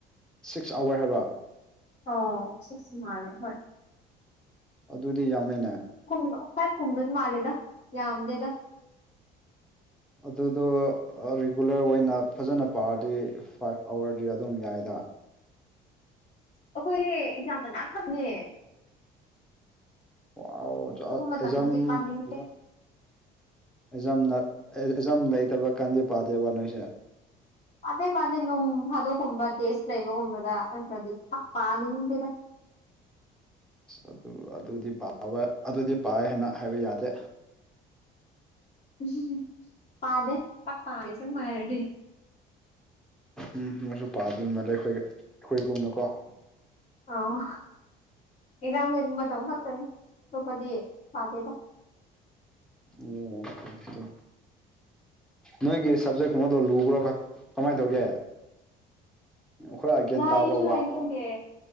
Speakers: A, in the centre; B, on the left.
A: ꯁꯤꯛꯁ ꯑꯋꯥꯔ ꯍꯥꯏꯕ
B: ꯑꯣꯥꯎ ꯁꯤꯛ ꯃꯥꯂꯦ ꯍꯣꯏ
A: ꯑꯗꯨꯗꯤ ꯌꯥꯝꯃꯦꯅꯦ
B: ꯀꯨꯝꯃ ꯐꯥꯝ ꯀꯨꯝꯕ ꯃꯥꯂꯦꯗ ꯌꯥꯝꯗꯦꯗ
A: ꯑꯗꯨꯗꯣ ꯔꯤꯒꯨꯂꯔ ꯑꯣꯏꯅ ꯐꯖꯅ ꯄꯥꯔꯗꯤ ꯐꯥꯏꯚ ꯑꯋꯥꯔꯗꯤ ꯑꯗꯨꯝ ꯌꯥꯏꯗ
B: ꯑꯩꯈꯣꯏ ꯏꯖ ꯃꯅꯥ ꯈꯛꯅꯦ
A: ꯑꯣ
B: ꯑꯗꯨꯒꯨꯝꯕ
A: ꯑ
B: ꯃꯇꯝꯗꯗꯤ
A: ꯑꯦꯖꯝꯖ
B: ꯄꯥꯅꯤꯡꯗꯦ
A: ꯑꯦꯖꯝꯅ ꯑꯦꯖꯝ ꯂꯩꯇꯕ ꯀꯟꯗꯤ ꯄꯥꯗꯦꯕ ꯅꯣꯏꯁꯦ
B: ꯄꯥꯗꯩ ꯄꯥꯗꯩ ꯅꯣꯡ ꯐꯥꯗꯣꯛꯀꯨꯝꯕ ꯇꯦꯁ ꯂꯩꯕꯒꯨꯝꯕꯗ ꯅꯠꯇ꯭ꯔꯗꯤ ꯄꯥꯅꯤꯡꯗꯦꯗ
A: ꯑꯁ ꯑꯗꯨ ꯑꯗꯨꯗꯤ ꯄꯥꯕ ꯑꯗꯨꯗꯤ ꯄꯥꯏ ꯍꯥꯏꯅ ꯍꯥꯏꯕ ꯌꯥꯗꯦ
B: ꯎꯝꯍꯝ ꯄꯥꯗꯦ ꯄꯥꯛꯄꯥꯗꯦ ꯑꯁꯦꯡꯕ ꯍꯥꯏꯔꯗꯤ
A: ꯎꯝ ꯃꯣꯏꯁꯨ ꯄꯥꯗ ꯃꯥꯜꯂꯦ ꯑꯩꯈꯣꯏꯒ ꯑꯩꯈꯣꯏꯒꯨꯝꯅꯀꯣ
B: ꯑꯥ ꯑꯦꯖꯝ ꯂꯩꯕ ꯃꯇꯝ ꯈꯛꯇꯅꯦ ꯑꯇꯣꯞꯄꯗꯤ ꯄꯥꯇꯦꯗ
A: ꯑꯣ ꯅꯣꯏꯒꯤ ꯁꯞꯖꯦꯛꯀꯨꯝꯕꯗꯣ ꯂꯨꯕ꯭ꯔꯣ ꯈꯛ ꯀꯃꯥꯏꯅ ꯇꯧꯒꯦ ꯈꯔ ꯒ꯭ꯌꯥꯟ
B: ꯋꯥꯏꯌꯦꯁꯨ
A: ꯇꯥꯕ ꯋꯥꯕ
B: ꯍꯥꯏꯅꯤꯡꯗꯦ